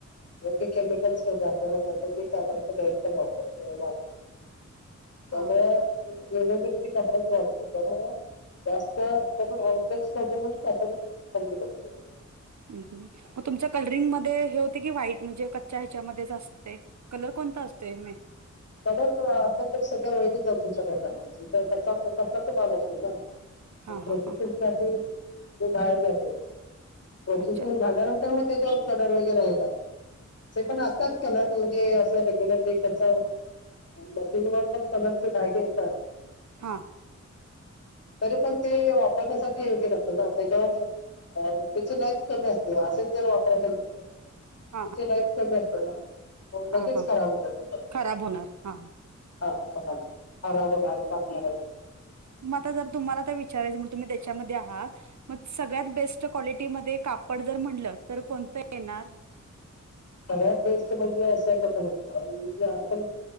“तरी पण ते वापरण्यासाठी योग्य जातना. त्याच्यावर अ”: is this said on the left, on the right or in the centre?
Left